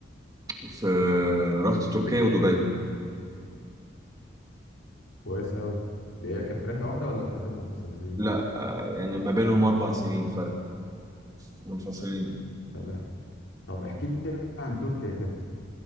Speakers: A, on the right; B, on the left.
A: في رحت تركيا ودبي
B: كويس قوي دي هي كانت في رحلة واحدة ولا رحلتين منفصلتين
A: لا يعني ما بينهم اربع سنين فرق منفصلين
B: تمام طب احكي لي عن تركيا كده